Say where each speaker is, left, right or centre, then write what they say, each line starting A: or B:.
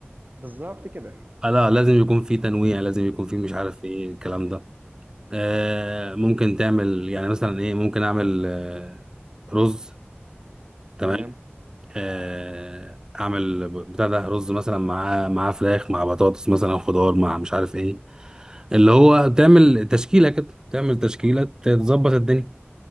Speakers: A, on the right (about 45°); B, on the right (about 15°).
A: بالظبط كده
B: آه لا لازم يكون في تنويع لازم يكون في مش عارف ايه الكلام ده آه ممكن تعمل يعني مثلا ايه ممكن اعمل آه رز تمام
A: تمام
B: آه اعمل بتاع ده رز مثلا مع مع فراخ مع بطاطس مثلا خضار مع مش عارف ايه اللي هو تعمل تشكيله كده تعمل تشكيله تظبط الدنيا